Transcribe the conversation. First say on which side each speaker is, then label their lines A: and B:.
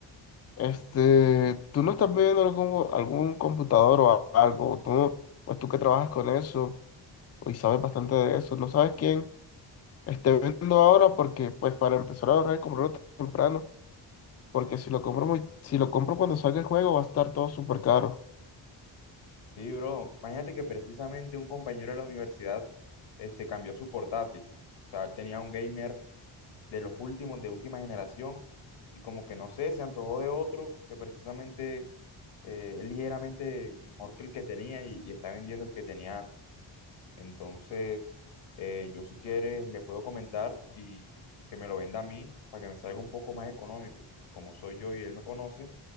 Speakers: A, on the left; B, on the left.
A: este, tú no estás viendo algún, algún computador o a- algo. Tú, no- pues tú que trabajas con eso y sabes bastante de eso. No sabes quién esté viendo ahora porque, pues, para empezar a ahorrar y comprarlo temprano. Porque si lo compro muy, si lo compro cuando salga el juego va a estar todo súper caro.
B: Sí, bro, imagínate que precisamente un compañero de la universidad este, cambió su portátil. O sea, él tenía un gamer de los últimos, de última generación, y como que no sé, se antojó de otro que precisamente eh, es ligeramente mejor que el que tenía y, y está vendiendo el que tenía antes. Entonces, eh, yo si quieres le puedo comentar y que me lo venda a mí para que me salga un poco más económico. Como soy yo y él me conoce,